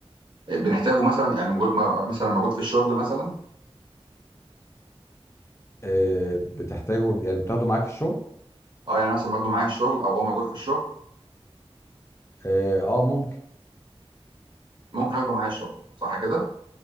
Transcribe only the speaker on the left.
آه بتحتاجه يعني تاخده معاك الشغل
اه آه، ممكن